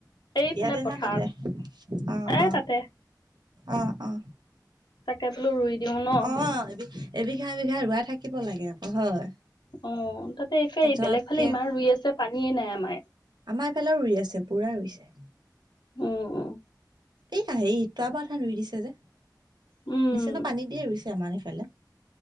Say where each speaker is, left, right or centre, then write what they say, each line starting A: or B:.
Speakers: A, on the left (about 80°); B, on the right (about 70°).
A: এইফালে
B: ইয়াতে
A: পথাৰত
B: না তাতে অ
A: এ
B: অ
A: তাতে
B: অহ অ
A: তাকে বোলো ৰুই দিওঁ ন।
B: অ এ এবিঘা বিঘা ৰুৱাই থাকিব লাগে আকৌ হয়।
A: অ তাতে একেই
B: পতককে
A: বেলেগ ফালে ইমান ৰুই আছে পানীয়ে নাই আমাৰ।
B: আমাৰ এইফালেও ৰুই আছে পুৰা ৰুইছে।
A: অ।
B: এই হেৰি তৰা পথাৰত ৰুই দিছে যে দিছে
A: উম
B: ন পানী দিয়ে ৰুইছে। আমাৰ সিফালে <inaudible>